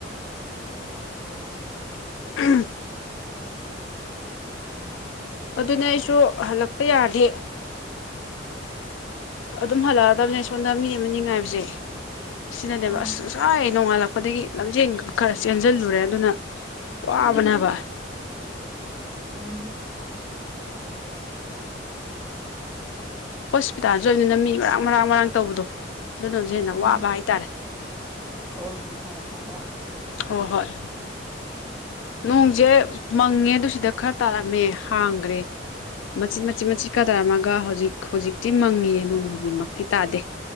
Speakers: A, on the left; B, in the centre.
A: ꯎꯝ ꯑꯗꯨꯅꯦ ꯑꯩꯁꯨ ꯍꯜꯂꯛꯄ ꯌꯥꯗꯦ ꯑꯗꯨꯝ ꯍꯜꯂꯛꯑꯗꯕꯅꯦ ꯁꯣꯝꯗ ꯃꯤ ꯑꯃꯅꯤ ꯉꯥꯏꯕꯁꯦ ꯁꯤꯅꯅꯦꯕ
B: ꯑꯥ
A: ꯑꯁ ꯉꯁꯥꯏ ꯅꯣꯡꯉꯥꯜꯂꯛꯄꯗꯒꯤ ꯂꯝꯖꯦꯟ ꯈꯔ ꯆꯦꯟꯁꯤꯜꯂꯨꯔꯦ ꯑꯗꯨꯅ ꯋꯥꯕꯅꯕ
B: ꯎꯝ
A: ꯍꯣꯁꯄꯤꯇꯥꯜꯁꯨ ꯑꯣꯏꯕꯅꯤꯅ ꯃꯤ ꯃꯔꯥꯡ ꯃꯔꯥꯡ ꯃꯔꯥꯡ ꯇꯧꯕꯗꯣ ꯑꯗꯨꯅꯁꯨ ꯍꯦꯟꯅ ꯋꯥꯕ
B: ꯎꯝ
A: ꯍꯥꯏꯇꯥꯔꯦ
B: ꯍ ꯍ ꯁꯒ ꯑꯕ
A: ꯍꯣꯏ ꯍꯣꯏ ꯅꯣꯡꯁꯦ ꯃꯪꯉꯦ ꯑꯗꯨ ꯁꯤꯗ ꯈꯔ ꯇꯥꯔꯝꯃꯦ ꯍꯥꯡꯈ꯭ꯔꯦ ꯃꯆꯤꯟꯠ ꯃꯆꯤꯠ ꯃꯆꯤꯠ ꯈꯔ ꯇꯥꯔꯝꯃꯒ ꯍꯧꯖꯤꯛ ꯍꯧꯖꯤꯛꯇꯤ ꯃꯪꯉꯤꯌꯦ ꯅꯣꯡ ꯍꯧꯖꯤꯛꯃꯛꯇꯤ ꯇꯥꯗꯦ